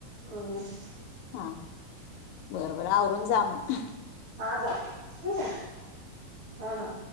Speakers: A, on the right (about 40°); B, on the left (about 75°).
A: हम्म <inaudible>
B: हा बर बर आवरून जा मग
A: हा जाते ठेवू काय? हा हा